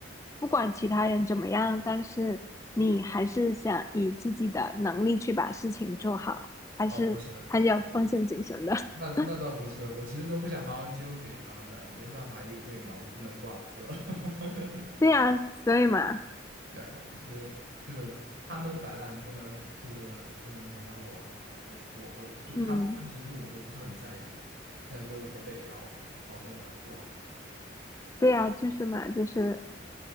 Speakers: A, on the left; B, on the right.
A: 不管其他人怎么样，但是你还是想以自己的能力去把事情做好，还是很有奉献精神的。
B: 哦，不是，
A: <laughs>
B: 那那倒不是，我其实都不想把我的结果给他们的，没办法，一个队嘛，我不能挂科。<laughs>
A: 对呀，所以嘛，
B: 对啊对啊，其实就是他们摆烂，不能就是不能影响到我，我我我就他们分，
A: 嗯，
B: 其实我都不是很在意的，但是我得要保证我要过啊。
A: 对呀，就是嘛，就是